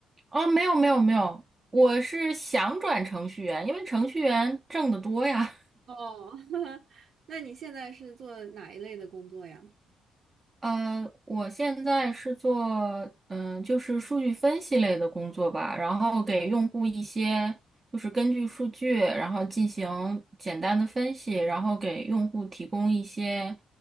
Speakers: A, on the right; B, on the right.
A: 哦，没有没有没有，我是想转程序员，
B: 啊，
A: 因为程序员挣得多呀。
B: 哦，<laughs> 那你现在是做哪一类的工作呀？
A: 呃，我现在是做嗯、就是数据分析类的工作吧，然后给用户一些就是根据数据，然后进行简单的分析，然后给用户提供一些